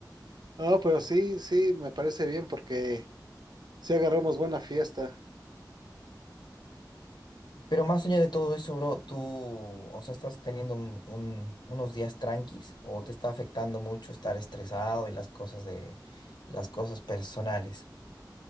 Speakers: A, on the right; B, on the left.
A: No, pero sí, sí, me parece bien porque si agarramos buena fiesta.
B: Pero más allá de todo eso, bro, tú, o sea, estás teniendo un- un- unos días tranquis, o te está afectando mucho estar estresado y las cosas de, las cosas personales.